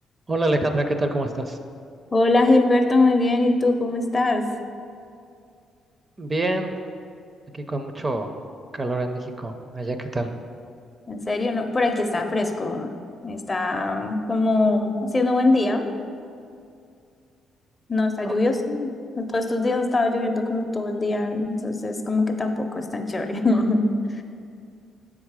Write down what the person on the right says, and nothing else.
Hola Alejandra, ¿qué tal? ¿Cómo estás?
Bien, aquí con mucho calor en México. Allá, ¿qué tal?
Oh,